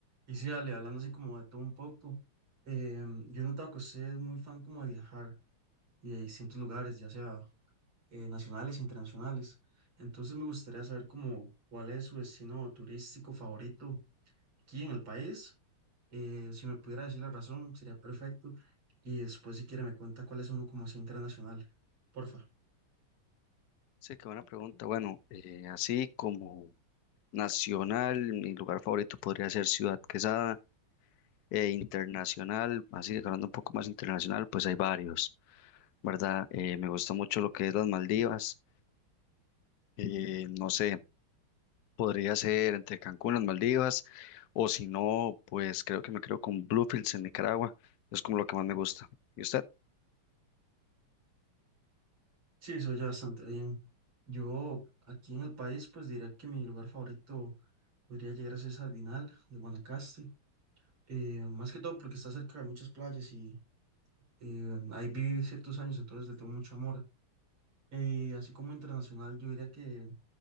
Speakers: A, on the right; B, on the left.
A: Y sí, Ale, hablando así como de todo un poco, em, yo he notado que usted es muy fan como de viajar y de distintos lugares, ya sea eh, nacionales e internacionales. Entonces me gustaría saber como cuál es su destino turístico favorito aquí en el país. Eh, si me pudiera decir la razón, sería perfecto. Y después si quiere me cuenta cuál es uno como así internacional. Porfa.
B: Sí, qué buena pregunta. Bueno, eh, así como nacional, mi lugar favorito podría ser Ciudad Quesada, e internacional, así que hablando un poco más internacional, pues hay varios, ¿verdad? Eh, me gusta mucho lo que es las Maldivas, eh, no sé, podría ser entre Cancún, las Maldivas, o si no, pues creo que me creo con Bluefields en Nicaragua, es como lo que más me gusta. ¿Y usted?
A: Sí, eso ya bastante bien. Yo aquí en el país pues diría que mi lugar favorito podría llegar a ser Sardinal de Guanacaste eh, más que todo porque está cerca de muchas playas y eh, ahí viví ciertos años, entonces le tengo mucho amor. Y así como internacional, yo diría que